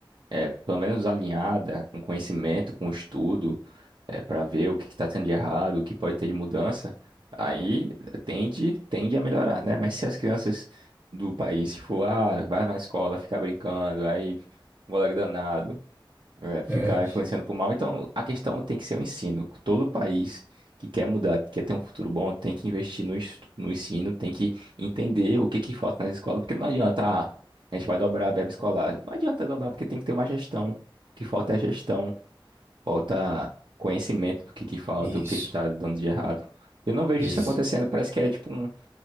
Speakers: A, on the right; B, on the right.
A: é, pelo menos alinhada com conhecimento, com estudo, é, para ver o que está tendo de errado, o que pode ter de mudança, aí tende, tende a melhorar, né? Mas se as crianças do país, tipo, ah, vai na escola, ficar brincando, aí um moleque danado, é, ficar
B: É,
A: influenciando pro mal, então a questão tem que ser o ensino. Todo país que quer mudar, que quer ter um futuro bom, tem que investir no, estu- no ensino, tem que entender o que que falta nas escolas, porque não adianta, ah, a gente vai dobrar a verba escolar. Não adianta dobrar, porque tem que ter uma gestão. O que falta é a gestão falta conhecimento do que que falta,
B: isso.
A: o que que tá dando de errado. Eu não vejo
B: Isso.
A: isso acontecendo, parece que é tipo um,